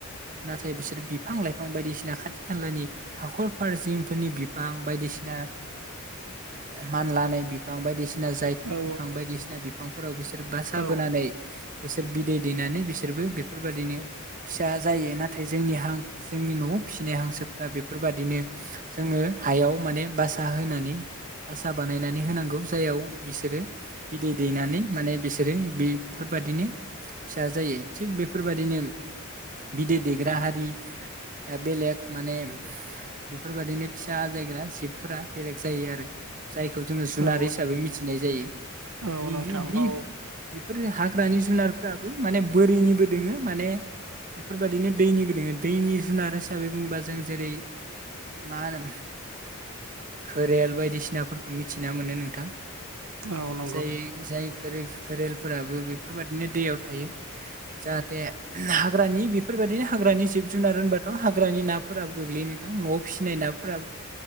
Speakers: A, on the right (about 40°); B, on the right (about 85°).
A: नाथाय बिसोर बिफां लाइफां बायदिसिना खाथि खालानि हाखर फारसिंफोरनि बिफां बायदिसिना मानलानाय बिफां बायदिसिना जायथुब
B: औ
A: बिफां बायदिसिना बिफांफोराव बिसोर बासा
B: औ
A: बोनानै बिसोर बिदै दैनानै बिसोरबो बेफोरबायदिनो फिसा जायो। ना थाय जोंनि हां जोंनि न'आव फिसिनाय हांसोफ्रा बेफोरबादिनो जोङो हायाव माने बासा होनानै बासा बानायनानै होनांगौ जाययाव बिसोरो बिदै दैनानै माने बिसोरो बेफोरबादिनो फिसा जायो। थिग बेफोरबायदिनो बिदै दैग्रा हारिया बेलेग माने बेफोरबादिनो फिसा आजायग्रा जिबफोरा बेलेग जायो आरो। जायखौ जोङो जुनार
B: औ
A: हिसाबै मिथिनाय जायो।
B: औ
A: <unintelligible>
B: नोंथां औ
A: बिफोरो हा ग्रानि जुनारफ्राबो माने बोरिनिबो दोङो माने बेफोरबायदिनो दैनिबो दोङो। दैनि जुनार हिसाबै बुङोबा जों जेरै मा होनो घोरेल बायदिसिनाफोरखौ मिथिना मोनो नोंथां।
B: औ नंगौ
A: सै जाय घोलेर घोरेलफोराबो बेफोरबायदिनो दैयाव थायो। जाहाथे हाग्रानि बेफोरबादिनो हाग्रानि जिब जुनार होनबाथ' हाग्रानि नाफोराबो गोग्लैयो नोंथां। न'आव फिसिनाय नाफोरा